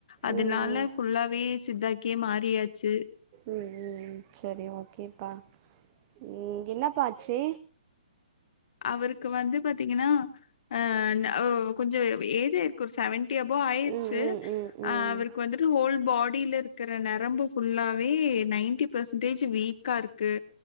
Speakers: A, on the left; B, on the right.
A: அதனால
B: ம் ம் ம்
A: ஃபுல்லாவே சித்தாக் கே மாறியாச்சு
B: ம் சரி ஓகேப்பா ம் என்னப்பா ஆச்சு
A: அவருக்கு வந்து பாத்தீங்கன்னா அ ஓ கொஞ்ச ஏஜ் ஆயிர்க்கு ஒரு சவன் டி அபோ ஆயிர்ச்சு
B: ம் ம் ம் ம்
A: அவருக்கு வந்துட்டு ஹோல் பாடில க்குற நெரம்பு ஃபுல்லாவே நைன்ட்டி பர்சன்டேஜ் வீக்கா இருக்கு